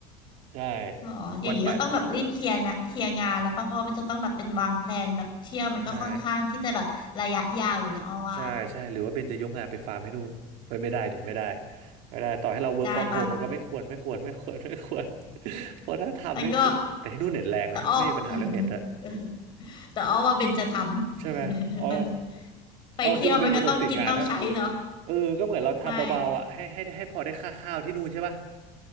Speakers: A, on the right; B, on the left.
A: ใช่ๆวันไป
B: หรออย่างงี้ก็ต้องแบบรีบเคลียร์นะเคลียร์งานแล้วปะเพราะว่ามันจะต้องแบบเป็นวางแพลนแบบเที่ยวมันก็ค่อนข้างที่จะแบบระยะยาวอยู่นะอ้อว่า
A: ใช่ใช่ใช่หรือว่าเบนจะยกงานไปฟาร์มให้นู่นเอ้ยไม่ได้ดิไม่ได้ไม่ได้ต่อให้เรา work
B: ได้ปะ
A: from home มันก็ไม่ควรไม่ควรไม่ควร <laughs> ไม่ควร <laughs> เพราะถ้าทำนี่คือแต่ที่นู่นเน็ตแรงนะไม่ไม่มีปัญหาเรื่องเน็ตอะ
B: มันก็แต่อ้อ <laughs> แต่อ้อว่าเบนจะทำ
A: ใช่ไหมอ๋อ
B: <laughs> มันไปเที่ยวมันก็ต้องกินต้องใช้เนาะ
A: อ๋อคิดว่าเบนเป็นคนติดงานใช่ปะเออก็เหมือนเราทำเบาๆอ่ะให้ให้ให้พอได้ค่าข้าวที่นู่นใช่ปะ
B: ไม่